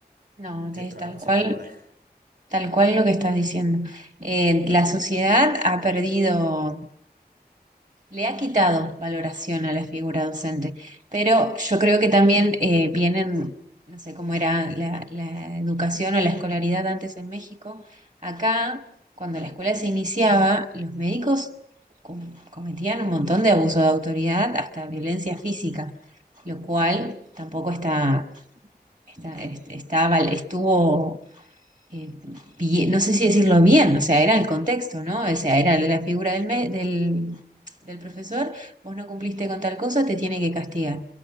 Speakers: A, on the right; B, on the right.
A: No,
B: que
A: es
B: el trabajo
A: tal
B: se
A: cual,
B: valora? <laughs>
A: tal cual lo que estás diciendo. Eh, la sociedad ha perdido Le ha quitado valoración a la figura docente, pero yo creo que también eh, vienen, no sé cómo era la, la educación o la escolaridad antes en México. Acá, cuando la escuela se iniciaba, los médicos com- cometían un montón de abuso de autoridad, hasta violencia física, lo cual tampoco está, está, est- está val- estuvo eh, bien- no sé si decirlo bien, o sea, era el contexto, ¿no? O sea, era la figura del, me- del, del profesor, vos no cumpliste con tal cosa, te tiene que castigar.